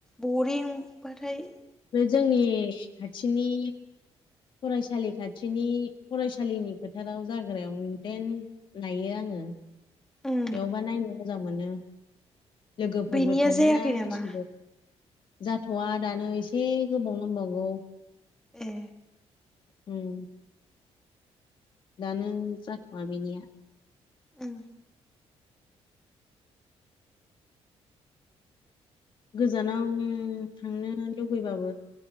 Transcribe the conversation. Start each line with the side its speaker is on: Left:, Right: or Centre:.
Centre: बरिं बाथाय
Left: बे जोंनि खाथिनि फरायसालि खाथिनि फरायसालिनि फोथाराव जाग्रायावनो देन नायो आं ङो। बेयावबा
Centre: उम
Left: नायनो मोजां मोनो। लोगोफोरबो
Centre: बेनिया
Left: थाङोना
Centre: जायाखै नामा
Left: गासिबो। जाथ'वा दानो एसे गोबाव नांबावगौ।
Centre: ए।
Left: उम। दानो जाथ'वा बेनिया।
Centre: ओं।
Left: गोजानावनो थांनो लुबैबाबो